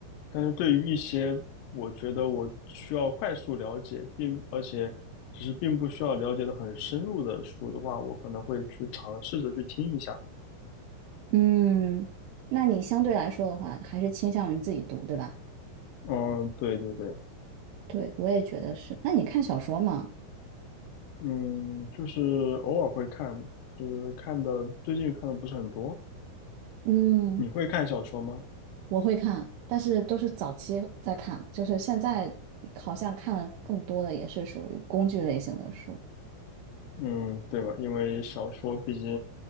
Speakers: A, on the left; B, on the right.
A: 但是对于一些我觉得我需要快速了解，并而且只是并不需要了解的很深入的书的话，我可能会去尝试着去听一下。
B: 嗯，那你相对来说的话，还是倾向于自己读，对吧？
A: 嗯，对对对，
B: 对，我也觉得是。那你看小说吗？
A: 嗯，就是偶尔会看，就是看的最近看的不是很多。
B: 嗯，
A: 你会看小说吗？
B: 我会看，但是都是早期在看，就是现在好像看的更多的也是属于工具类型的书。
A: 嗯，对吧？因为小说毕竟